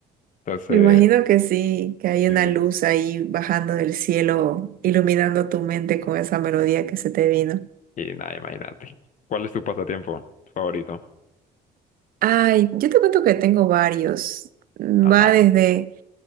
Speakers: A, on the left (about 50°); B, on the right (about 60°).
A: Entonces,
B: Me imagino que sí, que hay
A: sí.
B: una luz ahí bajando del cielo, iluminando tu mente con esa melodía que se te vino.
A: Y nada, imagínate. ¿Cuál es tu pasatiempo favorito?
B: Ay, yo te cuento que tengo varios. Va
A: Ajá,
B: desde...